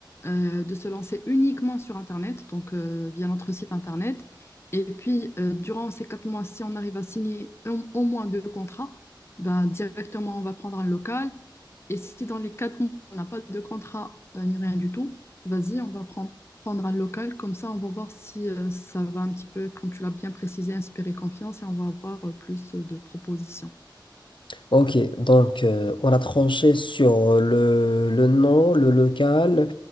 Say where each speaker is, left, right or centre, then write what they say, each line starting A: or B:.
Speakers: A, on the left; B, on the left.
A: euh, de se lancer uniquement sur Internet, donc euh, via notre site Internet. Et puis, euh, durant ces quatre mois, si on arrive à signer un- au moins deux contrats, ben, directement, on va prendre un local. Et si dans les quatre mois, on n'a pas de contrat euh, ni rien du tout, vas-y, on va prendre, prendre un local. Comme ça, on va voir si euh, ça va un petit peu, comme tu l'as bien précisé, inspirer confiance et on va avoir euh, plus euh, de propositions.
B: Ok, donc euh, on a tranché sur euh, le, le nom, le local.